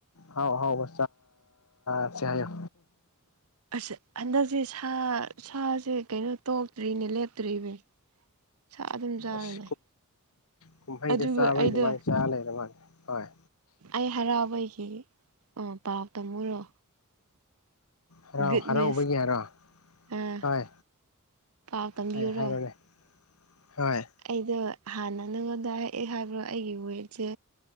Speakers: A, on the left; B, on the right.
A: ꯍꯥꯎ ꯍꯥꯎ ꯕ ꯆꯥꯁꯤ ꯍꯥꯏꯌꯨ
B: ꯑꯁ ꯍꯟꯗꯛꯁꯦ ꯁꯥ ꯁꯥꯁꯦ ꯀꯩꯅꯣ ꯇꯣꯛꯇ꯭ꯔꯤꯅꯦ ꯂꯦꯞꯇ꯭ꯔꯤꯅꯦ ꯁꯥ ꯑꯗꯨꯝ ꯆꯥꯔ
A: ꯑꯁ
B: ꯂꯩ
A: ꯀꯨꯝꯍꯩꯗ
B: ꯑꯗꯨꯒ
A: ꯆꯥꯕꯩ
B: ꯑꯩꯗꯣ
A: ꯑꯗꯨꯃꯥꯏꯅ ꯆꯥꯔ ꯂꯩꯔ ꯃꯥꯜꯂꯦ ꯍꯣꯏ
B: ꯑꯩ ꯍꯔꯥꯕꯒꯤ ꯄꯥꯎ ꯇꯝꯃꯨꯔꯣ
A: ꯍꯔꯥꯎ
B: ꯒꯨꯗ
A: ꯍꯔꯥꯎꯕꯒꯤ
B: ꯅ꯭ꯌꯨꯁ
A: ꯍꯥꯏꯔꯣ
B: ꯑꯥ
A: ꯍꯣꯏ
B: ꯄꯥꯎ ꯇꯝꯕꯤꯌꯨꯔꯣ
A: ꯍꯣꯏ ꯍꯥꯏꯔꯣꯅꯦ ꯍꯣꯏ
B: ꯑꯩꯗꯣ ꯍꯥꯟꯅ ꯅꯉꯣꯟꯗ ꯍꯑꯦ ꯍꯥꯏꯕ꯭ꯔꯣ ꯑꯩꯒꯤ ꯋꯦꯠꯁꯦ